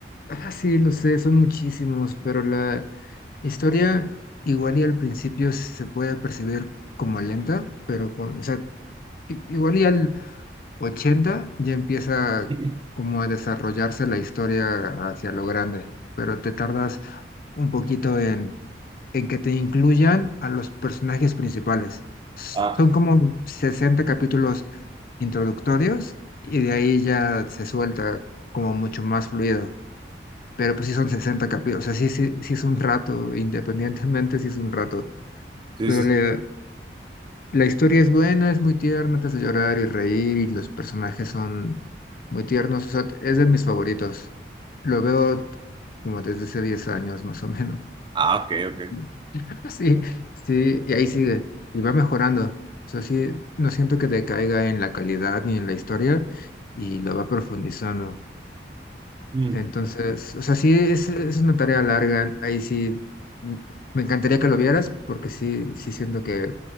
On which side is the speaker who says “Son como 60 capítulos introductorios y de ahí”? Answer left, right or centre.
Left